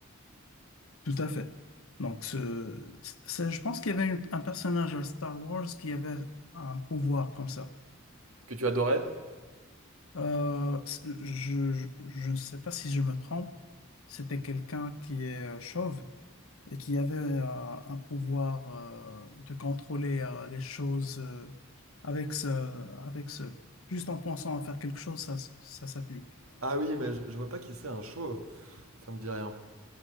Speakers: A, on the left; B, on the right.
A: Tout à fait. Donc, ce, ce- je pense qu'il y avait une- un personnage à Star Wars qui avait un pouvoir comme ça.
B: Que tu adorais
A: Euh, c'est- je, je, je ne sais pas si je me trompe. C'était quelqu'un qui est euh, chauve et qui avait euh, un pouvoir euh, de contrôler euh, les choses euh, avec ce, avec ce, juste en pensant à faire quelque chose, ça, s- ça s'applique.
B: Ah oui, mais je, je vois pas qui c'est un show, ça me dit rien.